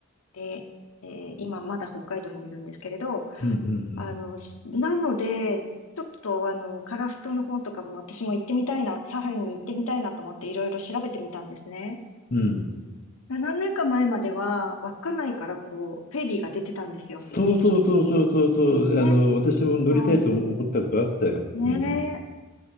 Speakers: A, on the left; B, on the left.
A: で、えー今まだ北海道にいるんですけれど、
B: うんうん
A: あの、なので、ちょっとあの、樺太の方とかも私も行ってみたいな、サハリンに行ってみたいなと思っていろいろ調べてみたんですね。
B: うん。うん
A: 何年か前までは、稚内からこう、フェリーが出てたんですよ。
B: そうそうそうそうそうそう。
A: 定期的に。ね。
B: あの、私も乗りたいと思ったことあったよ。
A: はい。ねえ。
B: うん。